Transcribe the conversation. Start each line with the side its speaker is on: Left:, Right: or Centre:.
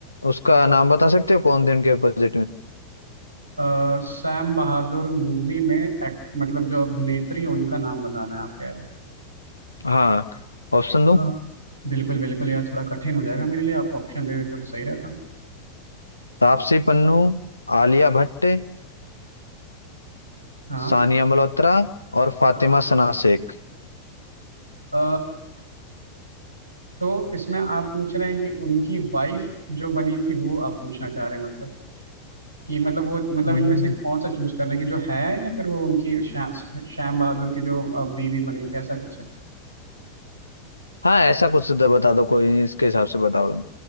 Left: उसका नाम बता सकते हो कौन थे उनके अपोजिट में
Right: अ, सैम बहादुर मूवी में एक्ट मतलब जो अभिनेत्री उनका नाम बताना है आप कह रहे हैं
Left: हाँ ऑप्शन दूं
Right: हाँ बिल्कुल बिल्कुल यार थोड़ा कठिन हो जाएगा मेरे लिए आप ऑप्शन दे देते तो सही रहता
Left: तापसी पन्नू आलिया भट्ट
Right: हाँ
Left: सानिया मल्होत्रा और फातिमा
Right: हाँ
Left: सना शेख
Right: अ, तो इसमें आप पूछ रहे हैं कि उनकी वाइफ जो बनी थी वो आप पूछना चाह रहे हैं मतलब कि मतलब वो मतलब
Left: हम्म,
Right: इनमें से कौन सा चूज करने की जो है या फिर वो उनकी श्या, श्याम बहादुर की जो अ, बीवी बनी थी ऐसा कुछ है
Left: हाँ ऐसा कुछ द- बता दो कोई नहीं, इसके हिसाब से बताओ तुम